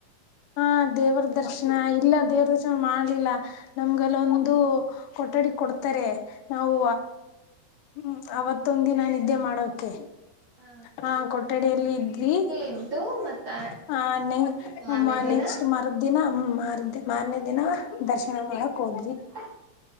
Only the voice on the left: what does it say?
ಹಾ ದೇವರ ದರ್ಶನ ಇಲ್ಲ ದೇವ್ರ ದರ್ಶನ ಮಾಡ್ಲಿಲ್ಲ ನಮ್ಗೆಲ್ಲ ಒಂದು ಕೊಠಡಿ ಕೊಡ್ತಾರೆ ನಾವು
ಹ್ಮ್ ಅವತ್ತೊಂದ ದಿನ ನಿದ್ದೆ ಮಾಡೋಕೆ
ಹಾ ಕೊಠಡಿಯಲ್ಲಿ ಇದ್ವಿ
ಹ
ಅಮ್ಮ
ನೆಕ್ಸ್ಟ್ ಮರದ ದಿನ ಮಾರ್ದ ಮಾರನೇ ದಿನ ದರ್ಶನ ಮಾಡಕ್ ಹೋದ್ರಿ